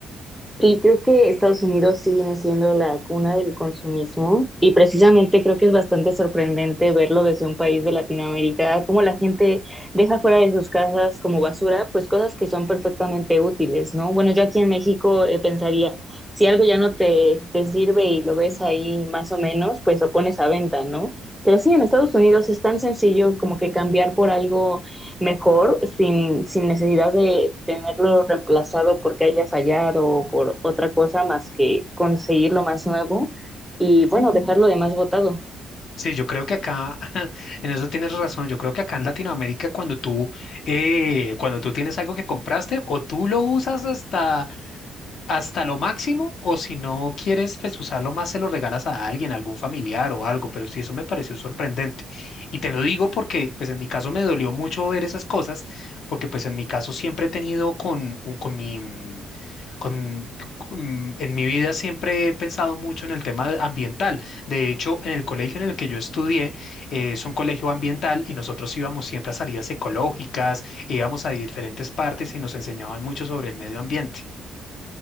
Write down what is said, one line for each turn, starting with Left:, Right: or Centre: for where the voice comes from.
Centre: Y creo que Estados Unidos sí viene siendo la cuna del consumismo y precisamente creo que es bastante sorprendente verlo desde un país de Latinoamérica, cómo la gente deja fuera de sus casas como basura, pues cosas que son perfectamente útiles, ¿no? Bueno, yo aquí en México eh, pensaría, si algo ya no te, te sirve y lo ves ahí más o menos, pues lo pones a venta, ¿no? Pero sí, en Estados Unidos es tan sencillo como que cambiar por algo. mejor sin, sin necesidad de tenerlo reemplazado porque haya fallado o por otra cosa más que conseguir lo más nuevo y bueno, dejarlo de más votado.
Left: Sí, yo creo que acá, <laughs> en eso tienes razón, yo creo que acá en Latinoamérica cuando tú, eh, cuando tú tienes algo que compraste o tú lo usas hasta hasta lo máximo, o si no quieres pues usarlo más, se lo regalas a alguien, a algún familiar o algo, pero sí, eso me pareció sorprendente. Y te lo digo porque pues en mi caso me dolió mucho ver esas cosas, porque pues en mi caso siempre he tenido con, con mi, mm, con, mm, en mi vida siempre he pensado mucho en el tema de- ambiental. De hecho, en el colegio en el que yo estudié, eh, es un colegio ambiental y nosotros íbamos siempre a salidas ecológicas, íbamos a diferentes partes y nos enseñaban mucho sobre el medio ambiente.